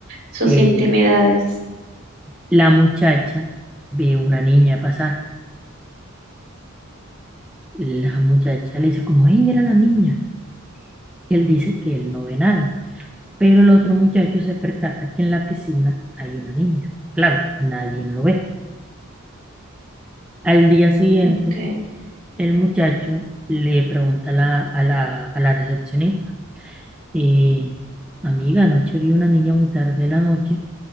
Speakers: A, on the right (about 45°); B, in the centre.
A: sus
B: Eh,
A: intimidades.
B: la muchacha ve una niña pasar. La muchacha le dice como, hey, mira la niña. Y él dice que él no ve nada. Pero el otro muchacho se percata que en la piscina hay una niña. Claro, nadie lo ve. Al día siguiente,
A: Ok,
B: el muchacho le pregunta a la, a la, a la recepcionista, eh, amiga, anoche vi una niña muy tarde de la noche